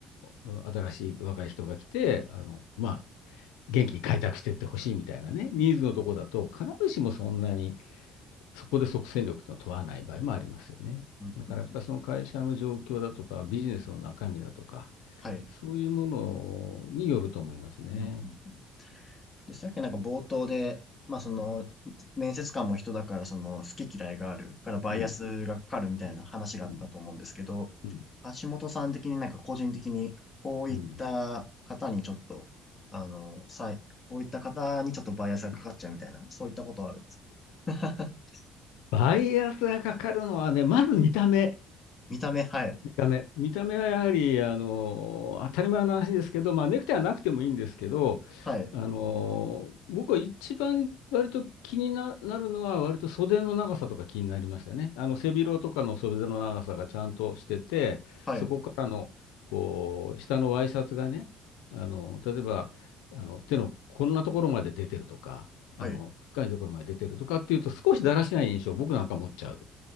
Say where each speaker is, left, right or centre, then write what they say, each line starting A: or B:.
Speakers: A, on the left (about 85°); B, on the left (about 25°).
A: うん、新しい若い人が来て、あの、まあ、元気に開拓していってほしいみたいなね、ニーズのとこだと、必ずしもそんなに。そこで即戦力というのを問わない場合もありますよね。
B: うんうん
A: だからやっぱりその会社の状況だとか、ビジネスの中身だとか、
B: はい。
A: そういうものによると思いますね。
B: うんうんで、さっきなんか冒頭で、まあその、面接官も人だからその好き嫌いがあるからバイアスがかかるみたいな話があったと思うんですけど、
A: うん。うん。うん。う
B: 橋本さん的になんか個人的にこういった方にちょっと、
A: ん。
B: あの、さい、こういった方にちょっとバイアスがかかっちゃうみたいな、
A: うん。
B: そういったことはあるんですか <laughs>
A: バイアスがかかるのはね、まず見た目。
B: 見た目、はい、
A: 見た目。見た目はやはり、あの、当たり前の話ですけど、まあ、ネクタイはなくてもいいんですけど、
B: はい、
A: あの、僕は一番割と気にな、なるのは、割と袖の長さとか気になりましたね。あの、背広とかの袖の長さがちゃんとしてて、
B: はい、
A: そこからの、こう、下のワイシャツがね、あの、例えば、あの、手のこんなところまで出てるとか、
B: はい、
A: あの、深いところまで出てるとかっていうと、少しだらしない印象を僕なんか持っちゃう。